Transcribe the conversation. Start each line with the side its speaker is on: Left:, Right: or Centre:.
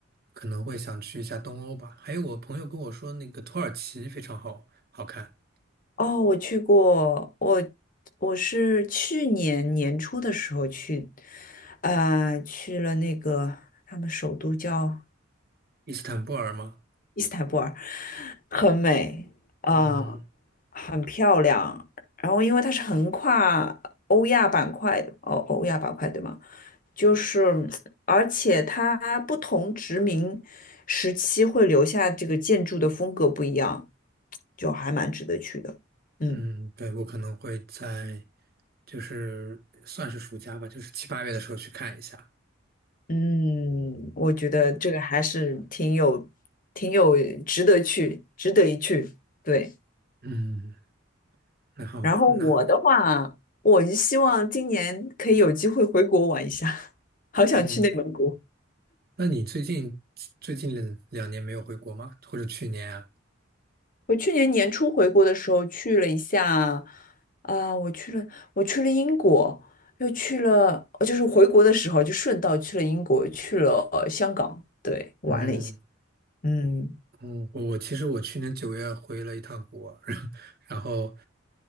Right: 可能会想去一下东欧吧。还有我朋友跟我说，那个土耳其非常好好看，
Left: 哦，我去过，我我是去年年初的时候去，呃，去了那个他们首都叫
Right: 伊斯坦布尔吗？
Left: 伊斯坦布尔很美，啊、
Right: 嗯
Left: 很漂亮。然后因为它是横跨欧亚板块，的，哦，欧亚板块对吗？就是，而且它不同殖民时期会留下这个建筑的风格不一样，就还蛮值得去的。嗯
Right: 嗯，对，我可能会在就是算是暑假吧，就是七八月的时候去看一下。
Left: 嗯，我觉得这个还是挺有、挺有值得去、值得一去。对。
Right: 嗯，那好，
Left: 然后我的话，
Right: 那。
Left: 我是希望今年可以有机会回国玩一下，<laughs> 好想去内蒙古。
Right: 哦，那你最近最近两两年没有回国吗？或者去年啊？
Left: 我去年年初回国的时候去了一下，啊、我去了，我去了英国，又去了，呃就是回国的时候就顺道去了英国，去了呃香港，对，哇
Right: 嗯
Left: 嗯，
Right: 嗯，我我其实我去年九月回了一趟国，<laughs> 然后